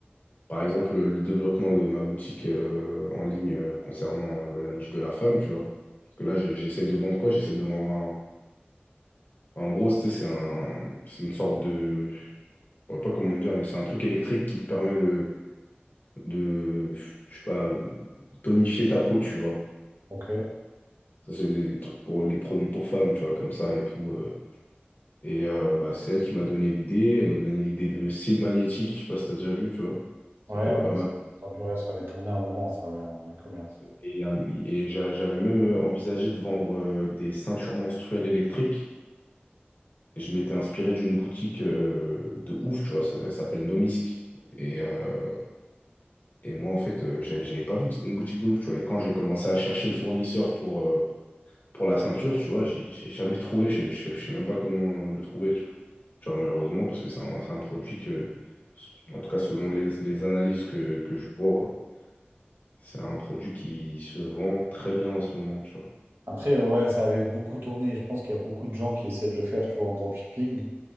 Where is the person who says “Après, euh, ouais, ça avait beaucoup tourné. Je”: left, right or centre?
Right